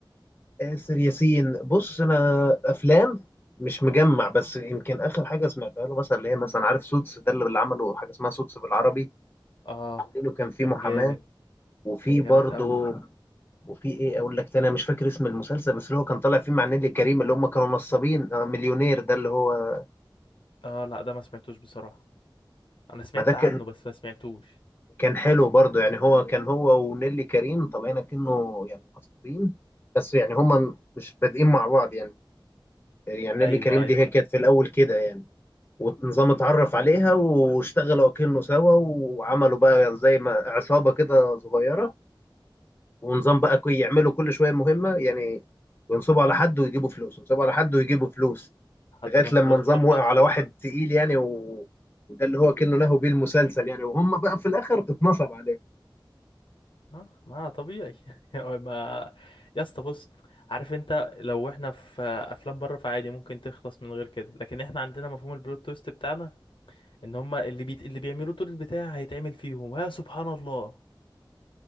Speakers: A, on the left; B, on the left.
A: آسر ياسين بص انا افلام مش مجمع بس يمكن اخر حاجه سمعتها له مثلا اللي هي مثلا عارف سوتس ده اللي اللي عمله حاجه اسمها سوتس بالعربي
B: اه
A: عامله كان في
B: كان
A: محاماه
B: جامد
A: وفي
B: كان
A: برضه
B: جامد قوي
A: وفي ايه اقول لك تاني انا مش فاكر اسم المسلسل بس اللي هو كان طالع فيه مع نيلي كريم اللي هم كانوا نصابين آه، مليونير ده اللي هو
B: اه لا ده ما سمعتوش بصراحه انا سمعت
A: ما ده كان
B: عنه بس ما سمعتوش
A: كان حلو برضه يعني هو كان هو ونيلي كريم طالعين كأنه يعني نصابين بس يعني هم مش بادئين مع بعض يعني يعني نيلي
B: ايوه
A: كريم
B: ايوه
A: دي هي كانت في الاول كده يعني ونظام اتعرف عليها واشتغلوا كأنه سوا وعملوا بقى زي ما عصابة كده صغيرة ونظام بقى كي- يعملوا كل شوية مهمة يعني ينصبوا على حد ويجيبوا فلوس ينصبوا على حد ويجيبوا فلوس
B: لحد
A: لغايه
B: ما الفلوس
A: لما نظام
B: تخلص
A: وقع على واحد تقيل يعني و... وده اللي هو كأنه له بيه المسلسل يعني وهم بقى في الاخر اتنصب عليه
B: اه ما طبيعي <laughs> ما يا اسطى بص عارف انت لو احنا في افلام بره فعادي ممكن تخلص من غير كده لكن احنا عندنا مفهوم البلوت تويست بتاعنا ان هما اللي بيت... اللي بيعملوا طول البتاع هيتعمل فيهم يا سبحان الله